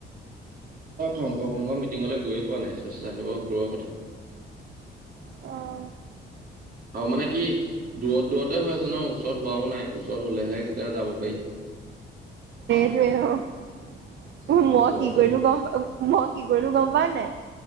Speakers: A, on the right; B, on the right.
A: শংকৰ শংঘ মিটিঙলৈ গৈয়ে পোৱা নাই। স্বেচ্ছাসেৱক দূৰৰ কথা।
B: অ।
A: আৰু মানে কি দূৰত দূৰতে হৈ আছে ন ওচৰত হোৱাও নাই ওচৰত হ'লে হে। তেতিয়া যাব পাৰি।
B: যি নহওঁক
A: উম
B: মই
A: দূৰতে
B: কি কৰিলোঁ
A: হয়
B: গ'ম মই কি কৰিলোঁ গম পাৱনে নাই।